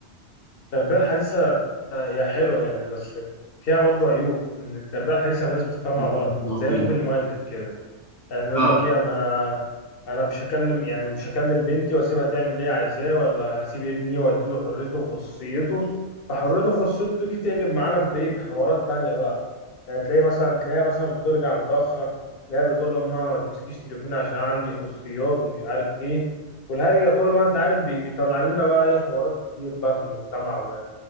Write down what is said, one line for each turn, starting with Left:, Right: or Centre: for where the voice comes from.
Left: التربية الحديثة هي حلوة يعني بس فيها برضو عيوب إن التربية الحديثة الناس بتفهمها
Centre: <laughs>
Left: غلط
Centre: نعطيه
Left: زي الأوبن مايندد كده يعني يقول
Centre: اه
Left: لك ايه انا انا مش هكلم يعني مش هكلم بنتي واسيبها تعمل اللي هي عايزاه ولا هسيب ابني واديله حريته وخصوصيته فحريته وخصوصيته دي تقلب معانا بايه بحوارات تانية بقى يعني تلاقي مثلا تلاقيها مثلا بترجع متأخر تلاقيها بتقول لأمها ما تمسكيش تليفوني عشان عندي خصوصيات ومش عارف ايه والهري ده كله بقى انت عارف بي- بيطلع لنا بقى ايه حوارات كتير بقى في المجتمع